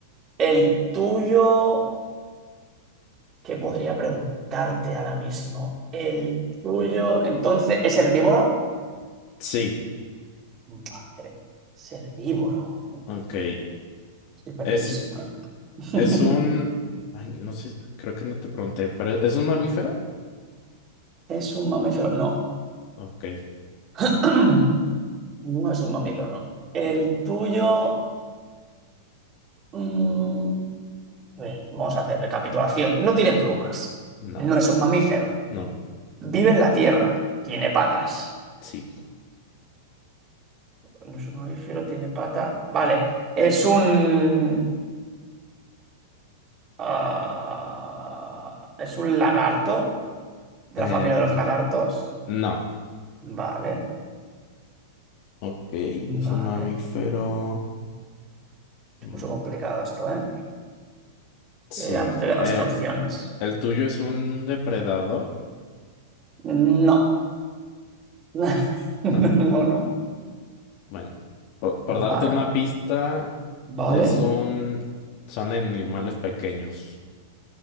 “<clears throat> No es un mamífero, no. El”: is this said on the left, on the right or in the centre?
Right